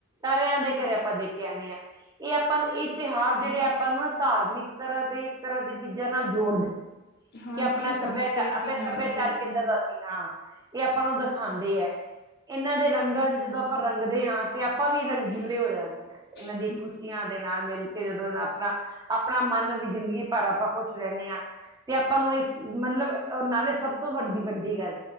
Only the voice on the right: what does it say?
ਸਾਰਿਆਂ ਦੇ ਘਰੇ ਆਪਾਂ ਦੇ ਕੇ ਆਉਂਦੇ ਹਾਂ। ਇਹ ਆਪਾਂ ਨੂੰ ਇਹ ਤਿਉਹਾਰ, ਜਿਹੜੇ ਆਪਾਂ ਨੂੰ ਨਾ ਧਾਰਮਿਕ ਤਰ੍ਹਾਂ ਤੇ, ਇੱਕ ਤਰ੍ਹਾਂ ਦੇ ਚੀਜ਼ਾਂ ਨਾਲ ਜੋੜਦੇ।
ਕਿ ਆਪਣਾ
ਸੱਭਿਆਚਾਰ, ਆਪਣੇ ਸੱਭਿਆਚਾਰ
ਕਿੱਦਾਂ ਦਾ ਸੀ, ਹਾਂ। ਇਹ ਆਪਾਂ ਨੂੰ ਦਿਖਾਉਂਦੇ ਹੈ। ਇਹਨਾਂ ਦੇ ਰੰਗਾਂ 'ਚ ਜਦੋਂ ਆਪਾਂ ਰੰਗਦੇ ਹਾਂ, ਤੇ ਆਪਾਂ ਵੀ ਰੰਗੀਲੇ ਹੋ ਜਾਂਦੇ। ਇਹਨਾਂ ਦੀ,
ਖੁਸ਼ੀਆਂ ਦੇ ਨਾਲ ਮਿਲ ਕਿ ਜਦੋਂ ਇਹ ਆਪਣਾ, ਆਪਣਾ ਮਨ ਵੀ ਜ਼ਿੰਦਗੀ ਭਰ ਆਪਾਂ, ਖੁਸ਼ ਰਹਿੰਦੇ ਹਾਂ। ਤੇ ਆਪਾਂ ਨੂੰ ਇਹ, ਮਤਲੱਬ ਨਾਲੇ ਸਭ ਤੋਂ ਵੱਡੀ, ਵੱਡੀ ਗੱਲ